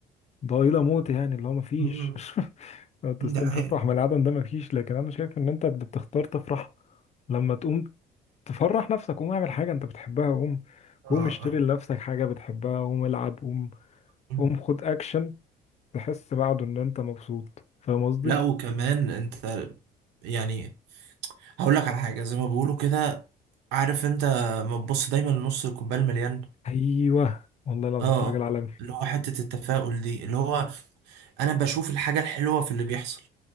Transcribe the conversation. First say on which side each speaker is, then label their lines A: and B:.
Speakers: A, on the left; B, on the right.
A: ضئيلة موت يعني اللي هو مفيش
B: مم.
A: <laughs> لو تستنى
B: دي حقيقة
A: تفرح من العدم ده مفيش لكن أنا شايف إن أنت بتختار تفرح لما تقوم تفرح نفسك قوم اعمل حاجة انت بتحبها قوم
B: آه
A: قوم اشتري
B: آه.
A: لنفسك حاجة بتحبها قوم العب قوم
B: مم.
A: قوم خد اكشن تحس بعده ان انت مبسوط فاهم قصدي
B: لا وكمان انت يعني هقول لك على حاجه زي ما بيقولوا كده عارف انت ما تبص دايما لنص الكوبايه المليان
A: ايوه والله العظيم
B: اه
A: انت راجل عالمي
B: اللي هو حته التفاؤل دي اللي هو انا بشوف الحاجه الحلوه في اللي بيحصل